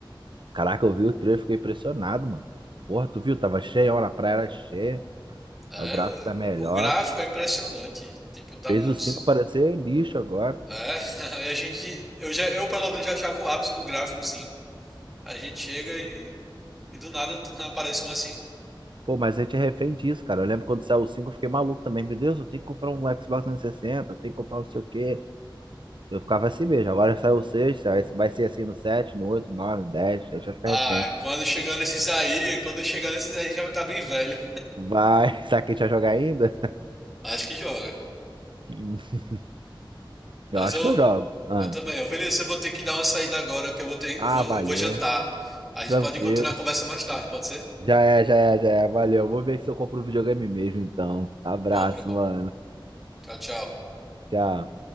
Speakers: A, on the right; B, in the centre.
A: Caraca, eu vi o trailer, fiquei impressionado, mano. Porra, tu viu? Tava cheia, hora a praia era cheia,
B: É,
A: o gráfico
B: o,
A: tá melhor.
B: o gráfico é impressionante. Tipo, tá
A: Fez
B: muito.
A: o 5 parecer lixo agora.
B: É, <laughs> e a gente, eu já, eu pelo menos já achava o ápice do gráfico cinco A gente chega e, e do nada <laughs> aparece um assim.
A: Pô, mas a gente é refém disso, cara. Eu lembro quando saiu o 5, eu fiquei maluco também. Meu Deus, eu tenho que comprar um Xbox 360, eu tenho que comprar não sei o quê. Eu ficava assim mesmo. Agora saiu o 6, vai vai ser assim no 7, no 8, 9, 10. A gente vai ficar
B: Ah,
A: refém.
B: quando chegar nesses aí, quando chegar nesses aí, a gente já vai estar bem velho.
A: Vai, <laughs> será que a gente vai jogar ainda?
B: Acho que joga.
A: <laughs> Eu
B: Mas
A: acho
B: eu,
A: que eu jogo. Ah,
B: eu também. Ô, Vinícius, eu vou ter que dar uma saída agora, que eu vou ter,
A: ah
B: eu vou,
A: valeu.
B: eu vou jantar. A gente
A: Tranquilo.
B: pode continuar a conversa mais tarde, pode ser?
A: Já é, já é, já é. Valeu. Vou ver se eu compro um videogame mesmo, então. Abraço,
B: Compra, compra.
A: mano.
B: Tchau, tchau.
A: Tchau.